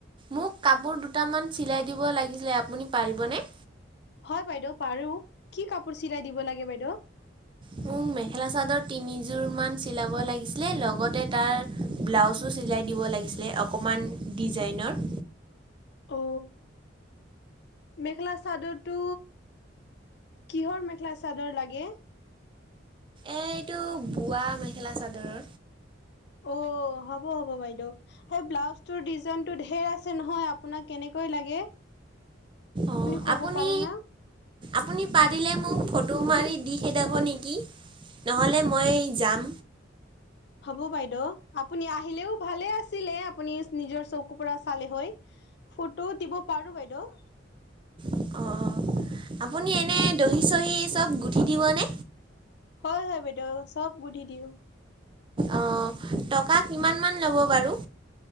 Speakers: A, on the right (about 25°); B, on the left (about 55°).
A: মোক কাপোৰ দুটামান চিলাই দিব লাগিছিলে আপুনি পাৰিবনে?
B: হয় বাইদেউ পাৰো, কি কাপোৰ চিলাই দিব লাগে বাইদেউ?
A: মোক মেখেলা চাদৰ তিনিযোৰ মান চিলাব লাগিছিলে লগতে তাৰ ব্লাউজো চিলাই দিব লাগিছিলে অকণমান ডিজাইনৰ।
B: অঁ। মেখেলা চাদৰটো, কিহৰ মেখেলা চাদৰ লাগে?
A: এ এইটো বোৱা মেখেলা চাদৰ।
B: অ' হ'ব হ'ব বাইদেউ। হে' ব্লাউজটো ডিজাইনটো ঢেৰ আছে নহয় আপোনাক কেনেকৈ লাগে?
A: অ'
B: ক'ব
A: আপুনি
B: পাৰে না
A: আপুনি পাৰিলে মোক ফটো মাৰি দি খেদাব নিকি? নহ'লে মই যাম
B: হ'ব বাইদেউ আপুনি আহিলেও ভালে আছিলে আপুনি নিজৰ চকুৰ পৰা চালে হয় ফটোও দিব পাৰো বাইদেউ
A: অ', আপুনি এনে দহি চহি চব গুঠি দিবনে
B: হয় হয় বাইদেউ চব গুঠি দিওঁ
A: অহ টকা কিমান মান ল'ব বাৰু